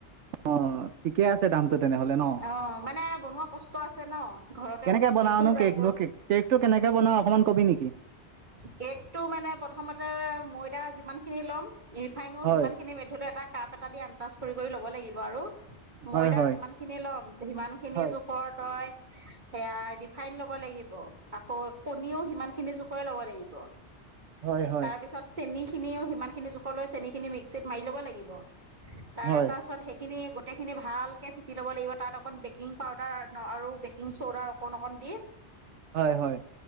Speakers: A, on the right (about 85°); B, on the right (about 40°).
A: অঁ ঠিকে আছে দাম তেনেহলে ন
B: অ মানে বনোৱা কষ্ট আছে ন ঘৰতে
A: কেনেকে
B: বনোৱা
A: বনাওনো
B: গেছো যায়গৈ
A: কেক কেকটো কেনেকে বনা অকমান কবি নেকি উ
B: কেকটো মানে প্ৰথমতে ময়দা যিমান খিনি ল'ম ৰিফাইনো
A: হয়,
B: সিমানখিনি ব্যত এটা কাপ এটা দি আমটাচ কৰি কৰি ল'ব লাগিব আৰু ময়দা
A: হয়, হয়,
B: যিমান খিনি ল'ম সিমান খিনি
A: হয়,
B: জোখৰ তই সেয়া ৰিফাইন ল'ব লাগিব আকৌ কণীও সিমান খিনি জো ল'ব লাগিব
A: হয়, হয়,
B: তাৰপিছত চেনী খিনিও সিমান খিনি জোখ লৈ চেনি খিনি মিক্সিত মাৰি ল'ব লাগিব। তাৰ
A: হয়,
B: পাছত সেইখিনি। গোটেইখিনি ভালকৈ ফেটি ল'ব লাগিব তাত অকণ বেকিং পাউদাৰ আৰু বেকিং চ'দাৰ অকণ অকণ দি।
A: হয় হয়।